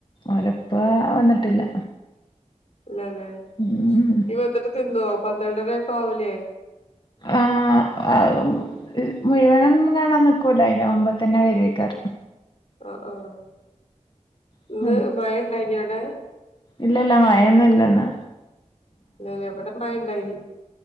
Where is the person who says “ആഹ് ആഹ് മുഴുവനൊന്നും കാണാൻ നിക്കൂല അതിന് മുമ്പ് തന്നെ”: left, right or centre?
Left